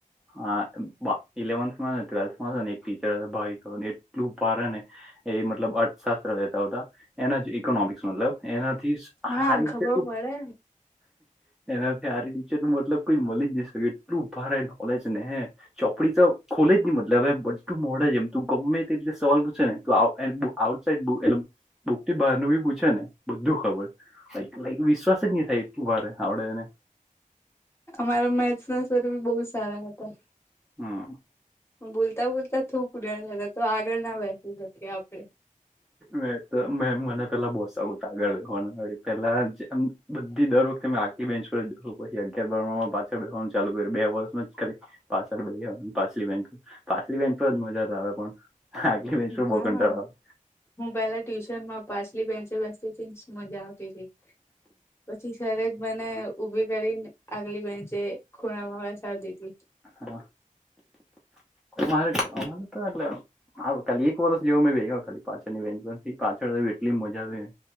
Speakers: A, in the centre; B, on the left.
A: હા બા ઇલેવન્થમાંને ટ્વેલ્થમાં છેને એક ટીચર ભાવિકા ને એટલું ભારે ને એ મતલબ અર્થશાસ્ત્ર લેતા હુતા એના જે ઇકોનોમિક્સ મતલબ એના થી
B: હા
A: હારી રીતે
B: ખબર પડે
A: હારી ટીચર તો મતલબ કોઈ મલેજની શકે એટલું ભારે નોલેજ ને હે ચોપડી તો ખોલે જ ની મતલબ એમ બધું મોડે જ એમ તુ ગમે તે રીતે સવાલ પૂછે ને તો આ એટલે બુકથી બહારનું બી પૂછે ને બધું ખબર લાઈક લાઈક વિશ્વાસ જ નહી થાય એટલું ભારે આવડે એને
B: અમારા મેથ્સના સર બી બોવ સારા હતા
A: હમ્મ.
B: બોલતા બોલતા થૂક ઉડાળે થતા તો આગળ ના બેસી શકીએ આપણે
A: મે તો મેમ મને પેલા બહુ સારું આગળ બેહવાનુ પેલા જ એમ બધી દર વખતે મે આખી બેન્ચ પછી અગિયાર બારમાં મા પાછળ બેહવાનુ ચાલુ કર્યુ બે વર્ષમાં જ ખાલી પાછળ બેયહો પાછલી બેંચ પાછલી બેંચ પર જ મજા તો આવે પણ આગલી બેચ પર
B: હા
A: બો કંટાળો આવે
B: હું પેલા ટ્યુશનમાં પાછલી બેન્ચે બેસુ શુ મજા આવતી તી પછી સરે જ મને ઉભી કરીને આગલી બેચે ખુણામા બેસાડી દીધી
A: હા મારે અમારે તો એટલે ખાલી એક વર્ષ જેવો મે બેયહો ખાલી પાછળની બેન્ચ પર પાછળ એટલી મજા આવી ને